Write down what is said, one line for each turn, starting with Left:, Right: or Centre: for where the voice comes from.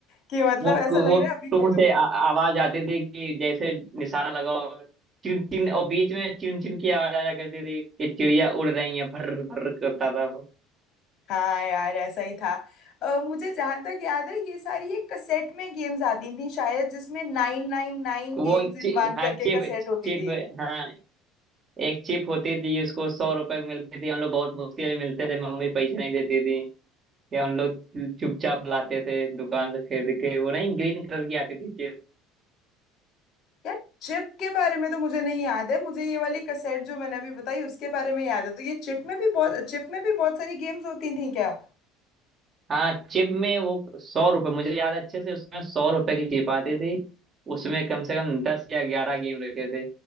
Left: कि मतलब
Right: वो
Left: ऐसा
Right: वो
Left: लग रहा है अभी
Right: टू
Left: खेलो
Right: से आ, आवाज आती थी कि जैसे निशाना लगाओ चिन चिन और बीच में चिन चिन की आवाज आया करती थी कि चिड़िया उड़ रही है भर भर करता था वो
Left: हाँ यार ऐसा ही था अ, मुझे जहाँ तक याद है ये सारी एक कसेट में गेम्स आती थी शायद जिसमें नाइन नाइन नाइन
Right: वो
Left: गेम्स
Right: चि,
Left: इन वन
Right: हाँ
Left: करके
Right: चिप
Left: कसेट होती
Right: चिप
Left: थी
Right: हाँ एक चिप होती थी उसको सौ रुपए की मिलती थी हम लोग बहुत मुश्किल से मिलते थे मम्मी पैसे नहीं देती थी। या उन लोग चुपचाप लाते थे दुकान से खरीद के वो नहीं ग्रीन कलर की आती थी चिप
Left: यार चिप के बारे में तो मुझे नहीं याद है मुझे ये वाली कसेट जो मैंने अभी बताई उसके बारे में याद है तो ये चिप में भी बहुत चिप में भी बहुत सारी गेम्स होती थी क्या
Right: हाँ चिप में वो सौ रुपए मुझे याद है अच्छे से उसमें सौ रुपए की चिप आती थी उसमें कम से कम दस या ग्यारह गेम रखे थे